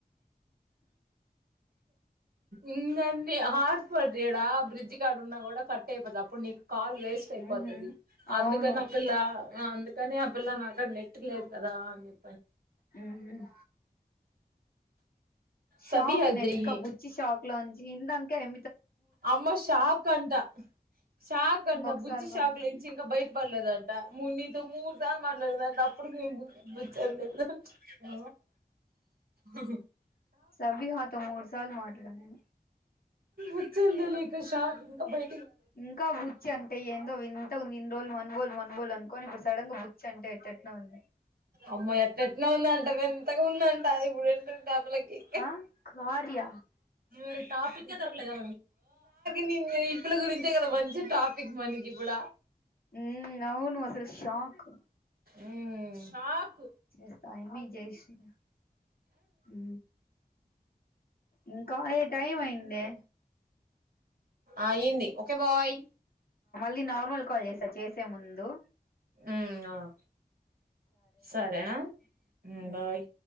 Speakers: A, on the right; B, on the left.
A: ఉమ్ సన్ని హాట్ స్ఫట్ ఇడా బ్రిడ్జ్ కడా ఉన్నా కూడా కట్ అయిపోతు అప్పుడు నీకు కాల్ వేస్ట్ అయిపోతది
B: ఉహు అవును
A: అందుకని అ పిల్ల ఆ అందు కానీ అ పిల్ల నా కాడా నెట్ లేదు అదా అన్ని చెప్పి
B: అహుమ్ షాక్
A: సబీహాకి
B: నేను
A: చెయ్యి
B: ఇంకా బుచ్చి షాక్ లో ఉంచి ఇందంకా ఎ
A: అమ్మ షాక్ అంటా షాక్ అంట
B: ఇంకొకసారి
A: బుచ్చి షాక్
B: బలసం
A: లోంచి ఇంకా బయట పడలేదంట మునితో మూడు దారి మాట్లాడుందంటే అప్పుడు మే బుచ్చి అని చెప్పి హహ
B: సబిహ తో మూడు సార్లు మట్లాడాను
A: వచ్చింది తెలికా షాక్ ఇంకా బయ
B: ఇంకా ఊచ్చి అంటే ఏందో వింతగా ఉంది ఇన్ని రోజులు మనబోలు మనబోలు అంట కాని ఇప్పుడు సడన్ గా చంటే ఎట ఎట్ నో ఉంది
A: అమ్మ ఎట్న ఎట్న ఉంద అంట వింతగా ఉందండి ఇప్పుడు ఏంటండి అ పిల్లకి
B: ఆ కార్య
A: గ న ఇ పిల్ల గురించే కదా మంచి టాపిక్ మనకి ఇప్పుడ
B: ఉమ్ అవును అసలు షాక్
A: ఉమ్ షాకు
B: చేస్తా ఏమి జయశ్రీ ఉ ఇంకా టైం అయిందే
A: ఆయింది ఓకే బాయ్
B: ఇది నార్మల్ కాల్ చేసా చేసే ముందు
A: హమ్ సరే ఆ
B: ఉమ్
A: బాయ్